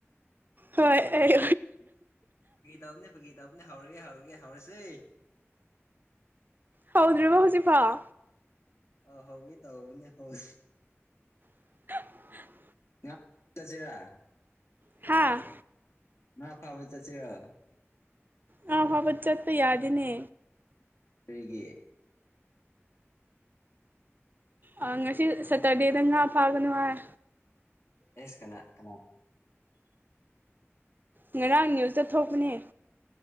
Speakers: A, on the right (about 40°); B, on the left (about 75°).
A: ꯍꯣꯏ ꯑꯩ
B: ꯐꯥꯒꯤ ꯇꯧꯕꯅ‌ꯦ ꯐꯥꯒꯤ ꯇꯧꯕꯅ‌ꯦ ꯍꯧꯔꯒꯦ ꯍꯧꯔꯒꯦ ꯍꯧꯔꯁ‌ꯦ
A: ꯍꯧꯗ꯭ꯔꯤꯕ ꯍꯧꯖꯤꯛꯐꯥꯎ
B: ꯑ ꯍꯧꯒ‌ꯦ ꯇꯧꯕꯅꯦ ꯍꯧ
A: <unintelligible>
B: ꯉ ꯆꯠꯁꯤꯔ
A: ꯍꯥꯥ
B: ꯉ ꯐꯕ ꯆꯠꯁꯤꯔ‌ꯣ
A: ꯉꯥ ꯐꯥꯕ ꯆꯠꯄ ꯌꯥꯗꯦꯅꯦ
B: ꯀꯔꯤꯒꯤ
A: ꯑ ꯉꯁꯤ ꯁꯦꯇꯔꯗꯦꯗ ꯉꯥ ꯐꯥꯒꯅꯨ ꯍꯥꯏ
B: ꯑꯦꯁ ꯀꯅꯥ ꯀꯅꯥ
A: ꯉꯔꯥꯡ ꯅ꯭ꯌꯨꯁꯇ ꯊꯣꯛꯄꯅꯦ